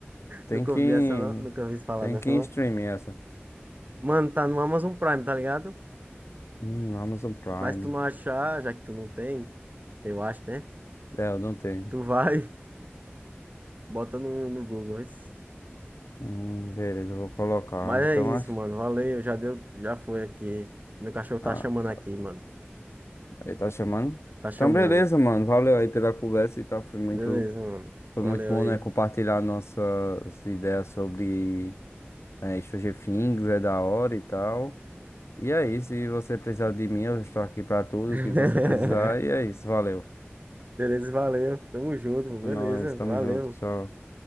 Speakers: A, on the left; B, on the right.
A: Tem
B: Nunca
A: que
B: ouvi essa, não. Nunca ouvi falar
A: tem
B: nessa,
A: que ir
B: não.
A: em streaming essa.
B: Mano, tá no Amazon Prime, tá ligado?
A: Hum, Amazon Prime.
B: Mas tu não achar, já que tu não tem, eu acho, né?
A: É, eu não tenho.
B: Tu vai, <laughs> bota no, no Google. isso.
A: Hum, beleza, eu vou colocar.
B: Mas
A: Então
B: é isso,
A: acho.
B: mano. Valeu, já deu. Já foi aqui. Meu cachorro tá
A: Ah,
B: chamando aqui, mano.
A: ele tá chamando.
B: Tá chamando.
A: Então beleza, mano. Valeu aí pela conversa e tal. Foi muito
B: Beleza, mano.
A: foi
B: Valeu
A: muito bom,
B: aí.
A: né, compartilhar nossas ideias sobre É, Stranger Things é da hora e tal. E é isso, se você precisar de mim, eu estou aqui pra tudo
B: <laughs>
A: que você precisar. E é isso, valeu.
B: Beleza, valeu. Tamo junto, beleza,
A: Nós estamos
B: valeu.
A: juntos, tchau.